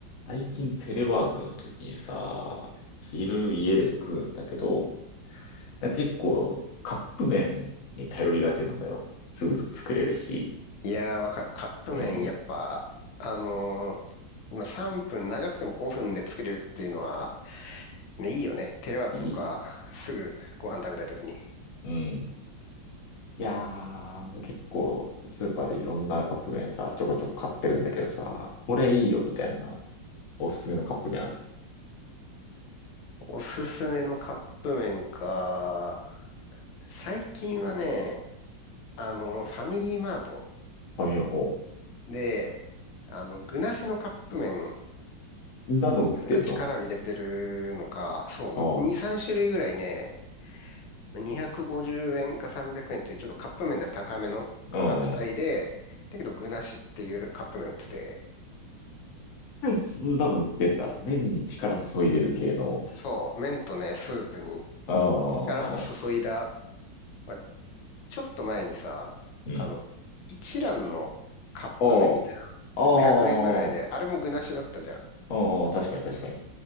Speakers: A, on the left (about 55°); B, on the left (about 80°).
A: 最近テレワークの時にさ、昼家で食うんだけど、なんか結構カップ麺に頼りがちなんだよ。すぐ作れるし。
B: いやー、わかる。カップ麺、
A: うん。
B: やっぱ、あのー今3分、長くても5分で作れるっていうのは、ね、いいよね。テレワークとか、
A: いい。
B: すぐご飯食べたい時に。
A: うん。いやー、結構スーパーでいろんなカップ麺さ、ちょこちょこ買ってるんだけどさ、これいいよみたいなおすすめのカップ麺ある。
B: おすすめのカップ麺か。最近はね、あのファミリーマート
A: 紙を、おう
B: で、あの、具なしのカップ麺
A: そんなの売ってんの
B: になんか力を入れてるのか、そう、
A: ああ、
B: 2、3種類ぐらいね、250円か300円っていうちょっとカップ麺では高めの価格帯で、
A: うん。
B: だけど具なしっていうカップ麺売ってて、
A: そんなの売ってんだ。麺に力注いでる系の。
B: そう、麺とね、スープに
A: ああ、
B: 力を注いだ、まあ、ちょっと前にさ、
A: うん。
B: あの、一蘭のカップ麺みたいな、
A: ああ、あ
B: 500円ぐらいで、
A: あ、
B: あれも具なしだったじゃん。
A: うん、確かに確かに。